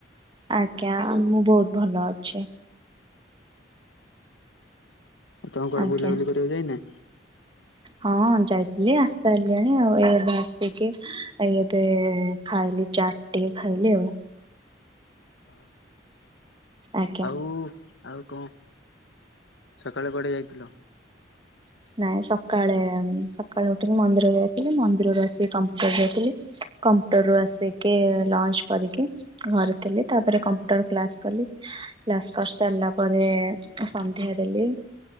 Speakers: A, on the right (about 25°); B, on the left (about 80°).
A: ଆଜ୍ଞା, ମୁଁ ବହୁତ ଭଲ ଅଛି।
B: ହୁଁ ତମେ କୁଆଡେ
A: ଆଜ୍ଞା
B: ବୁଲାବୁଲି କରିବାକୁ ଯାଇନା?
A: ହଁ ଯାଇଥିଲି ଆସି ସାରିଲିଣି, ଆଉ ଏ ଏବେ ଆସିକି, ଏ ଏବେ ଖାଇ ଚାଟ ଟିକେ ଖାଇଲି ଆଉ
B: ହଁ।
A: ଆଜ୍ଞା
B: ଆଉ ଆଉ କଣ? ସକାଳେ କୁଆଡେ ଯାଇଥିଲ?
A: ନାଇଁ ସକାଳେ, ସକାଳେ ଉଠିକି ମନ୍ଦିର ଯାଇଥିଲି, ମନ୍ଦିରରୁ ଆସିକି କମ୍ପ୍ୟୁଟର ଯାଇଥିଲି। କମ୍ପ୍ୟୁଟର ରୁ ଆସିକି ଲଞ୍ଚ କରିକି ଘରେ ଥିଲି, ତାପରେ କମ୍ପ୍ୟୁଟର କ୍ଲାସ କଲି, କ୍ଲାସ କରି ସାରିଲା ପରେ ସନ୍ଧ୍ୟା ଦେଲି,